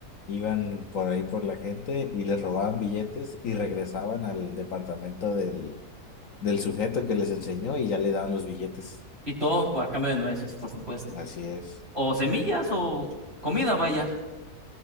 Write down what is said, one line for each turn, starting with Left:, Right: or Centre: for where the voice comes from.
Left: iban por ahí por la gente y les robaban billetes y regresaban al departamento del, del sujeto que les enseñó y ya le daban los billetes.
Right: y todo por a cambio de nueces, por supuesto.
Left: Así es.
Right: O semillas o comida, vaya.